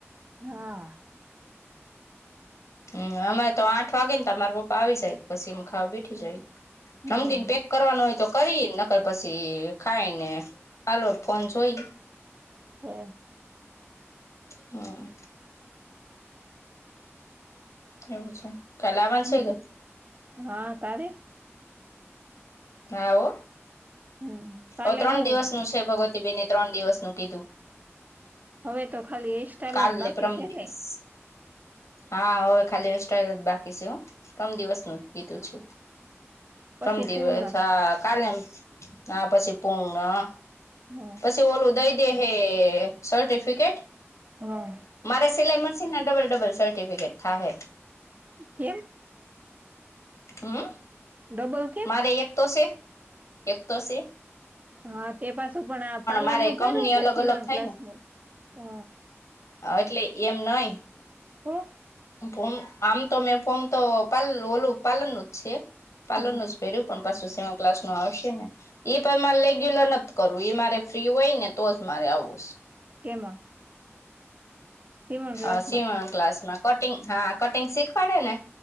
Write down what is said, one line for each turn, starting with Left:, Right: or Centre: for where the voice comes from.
Right: હા
Left: હમ અમારે તો આઠ વાગે ને તમારા પપ્પા આવી જાય પછીમ ખાવા બેઠી જાય.
Right: હમ
Left: નમકીન પેક કરવાનું હોય તો કરી નકર પછી ખાઈને હાલો ફોન જોઈ
Right: હમ
Left: હા એવું છે, કાલે આવવાનું
Right: હમ.
Left: છે કે?
Right: હા તારે?
Left: હા હો
Right: હમ કાલે
Left: હ ત્રણ
Right: હું
Left: દિવસનું છે, ભગવતી બેને ત્રણ દિવસનું કીધું.
Right: હવે તો ખાલી હેર સ્ટાઈઇલ
Left: કાલે
Right: જ બાકી
Left: પરમ
Right: છે
Left: દિવસ
Right: ને
Left: હા હવે ખાલી હેર સ્ટાઈલ જ બાકી છે હું ત્રણ દિવસ નુ કીધું છે.
Right: <inaudible>
Left: પરમ દિવસ
Right: પૂર્ણ
Left: હા કાલેમ હ પછી પૂંરા
Right: હા
Left: પછી ઓલું દઈ દે હે સર્ટિફિકેટ
Right: હા
Left: મારા સિલાઈ મશીન ના ડબલ ડબલ સર્ટિફિકેટ થા હે.
Right: કેમ
Left: હમ
Right: ડબલ કેમ
Left: મારે એક તો છે, એક તો છે.
Right: હા તે પાછું પણ આ પાર્લર
Left: મારે
Right: નુ
Left: કંપની
Right: ભયરુ કે
Left: અલગ
Right: સીવણ
Left: અલગ થાય
Right: ક્લાસમાં હ
Left: હ એટલે એમ નહીં
Right: તો?
Left: ફોમ આમ તો મેં ફોમ તો પાલ ઓલું પાર્લર નું જ છે પાર્લર
Right: હમ
Left: નું જ ભર્યો પણ પાછું સીવણ ક્લાસ નું આવશે ને એ પણ મારે રેગ્યુલર નથી કરવું એ મારે ફ્રી હોય ને તોજ મારે આવું છે.
Right: કેમાં? સીવણ ક્લાસમાં
Left: હ સીવાણ ક્લાસ માં કટિંગ હા કટિંગ શીખવાડે ને.